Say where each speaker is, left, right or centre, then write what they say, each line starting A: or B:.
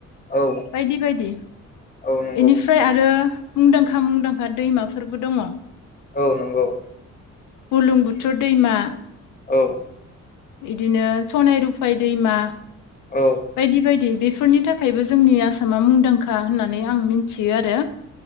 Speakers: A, on the left (about 30°); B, on the left (about 75°).
A: औ
B: बायदि बायदि
A: औ नंगौ
B: इनिफ्राय आरो मुंदांखा मुंदांखा दैमाफोरबो दङ ।
A: औ नंगौ ।
B: बुरलुंबुथुर दैमा
A: औ ।
B: इदिनो सनाय रुफाय दैमा
A: औ
B: बायदि बायदि बे फोरनि थाखायबो जोंनि आसामा मुंदांखा होननानै आं मिथियो आरो ।